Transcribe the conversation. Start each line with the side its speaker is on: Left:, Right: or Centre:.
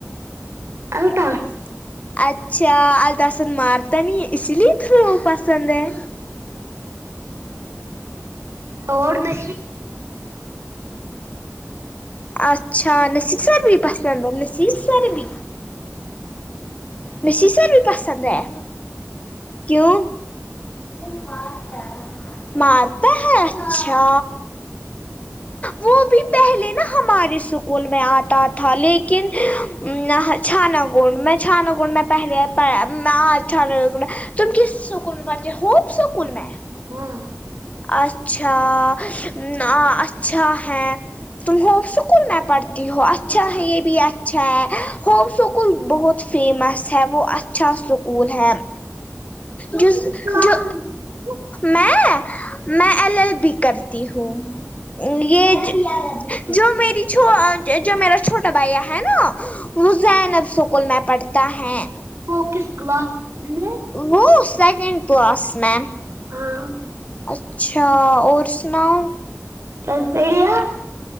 Left: <unintelligible>
Right: الٹا
Left: اچھا الطاف سر مارتا نہیں اسی لیے تمہیں وہ پسند ہے
Right: اور نہیں
Left: اچھا نسی سر بھی پسند ہو نسی سر بھی مشی سر بھی پسند ہے کیوں وہ مارتا ہے مارتا ہے اچھا وہ بھی پہلے نا ہمارے اسکول میں آتا تھا لیکن نہ چھانا گن میں چھانا گن میں پہلے پڑھا میں اچھا ل تم کس سکول میں پڑھتے ہوپ سکول میں
Right: ہاں
Left: اچھا ا آ چ اچھا ہے تم ہوپ اسکول میں پڑھتی ہو اچھا ہے یہ بھی ا اچھا ہے ہوپ اسکول بہت فیمس ہے وہ اچھا اس کول ہے جو
Right: ہاں
Left: جو میں میں ایل ایل بی کرتی ہوں یہ جو میری جو میرا چھوٹا بھیا ہے نا وہ زینب اسکول میں پڑھ تا ہے
Right: فوکس کلاس میں
Left: وہ سیکنڈ کلاس میں
Right: ہاں
Left: اچھا اور سناؤ
Right: بس بڑھیا